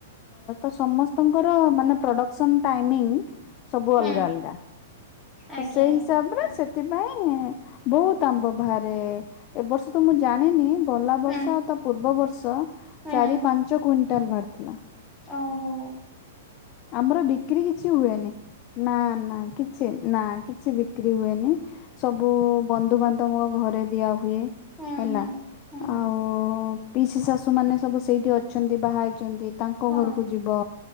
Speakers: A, on the left; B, in the centre.
A: ସ ତ ସମସ୍ତଙ୍କର ମାନେ ପ୍ରଡକ୍ସନ ଟାଇମିଂ ସବୁ
B: ହଁ
A: ଅଲଗା ଅଲଗା।
B: ଆଜ୍ଞା
A: ତ ସେଇ ହିସାବରେ
B: ଆଜ୍ଞା
A: ସେ ଥିପାଇଁ ବହୁତ ଆମ୍ବ ବାହାରେ ଏ ବର୍ଷ ତ ମୁଁ ଜାଣିନି ଗଲା
B: ହଁ
A: ବର୍ଷ ଆଉ ତା ପୂର୍ବ ବର୍ଷ
B: ହଁ ହଁ।
A: ଚାରି ପାଞ୍ଚ କୁଇଣ୍ଟାଲ ବାହାରି ଥିଲା।
B: ଓହୋ।
A: ଆମର ବିକ୍ରି କିଛି ହୁଏନି ନା ନା କିଛିି ହୁଏନି। ନା କିଛି ବିକ୍ରି ହୁଏନି। ସବୁ ବନ୍ଧୁବାନ୍ଧବଙ୍କ ଘରେ ଦିଆ ହୁଏ
B: ହୁଁ
A: ହେଲା।
B: ହୁଁ। ହୁଁ
A: ଆଉ ପିଇସି ଶାଶୁ ମାନେ ସବୁ ସେଇଠି ଅଛନ୍ତି ବାହା ହେଇଛନ୍ତି ତାଙ୍କ
B: ହଁ
A: ଘରକୁ ଯିବ।